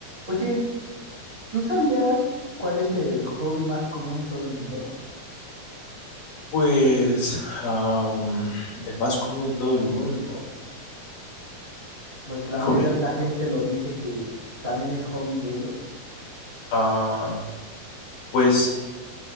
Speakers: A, on the right; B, on the left.
A: Oye, ¿tú sabías cuál es el hobby más común en todo el mundo?
B: Pues am, el más común en todo el mundo.
A: O el que la
B: Híjole.
A: mayoría de la gente lo dice que también es hobby de ellos.
B: ah, pues